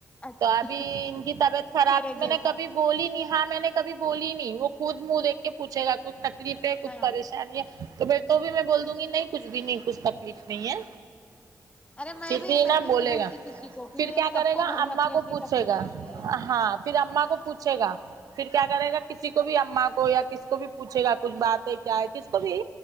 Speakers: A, on the left; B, on the right.
A: اچھا
B: تو ابھی ان کی طبیعت خراب
A: میرے
B: میں
A: جیسا
B: نے کبھی بولی نہیں ہاں میں نے کبھی بولی نہیں وہ خود منہ دیکھ کے پوچھے گا کچھ تکلیف ہے کچھ
A: ہاں
B: پریشانی ہے تو میں تو بھی میں بول دوں گی نہیں کچھ بھی نہیں کچھ تکلیف نہیں ہے
A: ارے میں
B: پھر بھی نا
A: میں
B: بولے
A: نہیں بولتی
B: گا
A: کسی کو کیونکہ
B: پھر کیا
A: سب
B: کرے
A: کو
B: گا
A: گھر میں
B: اماں
A: اپنی اپنی
B: کو پوچھے
A: تکلیف
B: گا
A: رہتی ہے
B: ہاں پھر اماں کو پوچھے گا پھر کیا
A: ہاں
B: کرے گا کس کسی کو بھی اماں کو یا کسی کو بھی پوچھے گا کچھ بات ہے کیا ہے کس کو بھی